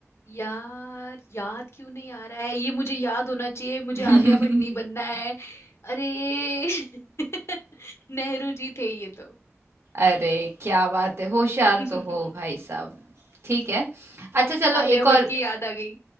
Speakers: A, on the left; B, on the right.
A: यार याद क्यों नहीं आ रहा है ये मुझे याद होना चाहिए मुझे
B: <laughs>
A: आलिया भट्ट नहीं बनना है अरे <laughs> नेहरू जी थे ये तो
B: अरे क्या बात है होशियार
A: <laughs>
B: तो हो भाई साहब ठीक है अच्छा चलो
A: आलिया
B: एक
A: भट्ट
B: और
A: की याद आ गई